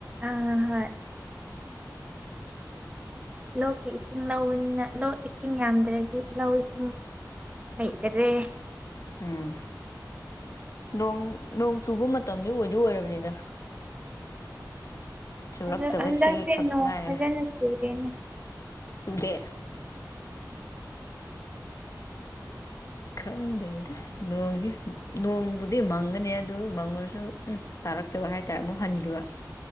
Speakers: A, on the right (about 20°); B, on the left (about 45°).
A: ꯑꯥ ꯍꯣꯏ ꯂꯣꯛꯀꯤ ꯏꯁꯤꯡ ꯂꯧꯕꯅꯤꯅ ꯂꯣꯛ ꯏꯁꯤꯡ ꯌꯥꯝꯗ꯭ꯔꯗꯤ ꯂꯧ ꯏꯁꯤꯡ ꯃꯩꯇꯔꯦ
B: ꯎꯝ ꯅꯣꯡ ꯅꯣꯡ ꯆꯨꯕ ꯃꯇꯝꯗꯤ ꯑꯣꯏꯗꯤ ꯑꯣꯏꯔꯕꯅꯤꯗ ꯆꯨꯔꯛꯇꯕꯁꯤ
A: ꯑꯗꯨꯣ ꯑꯗꯅꯣ
B: ꯈꯛ ꯉꯥꯏꯔꯦ
A: ꯐꯖꯅ ꯇꯗꯦꯅꯦ
B: ꯆꯨꯗꯦ ꯈꯪꯗꯦꯗ ꯅꯣꯡꯒꯤ ꯅꯣꯡꯕꯨꯗꯤ ꯃꯪꯒꯅꯤ ꯑꯗꯨ ꯃꯪꯉꯨꯔꯁꯨ ꯎꯝ ꯇꯥꯔꯛꯇꯕ ꯍꯥꯏꯇꯥꯔꯦ ꯑꯃꯨꯛ ꯍꯟꯈꯤꯕ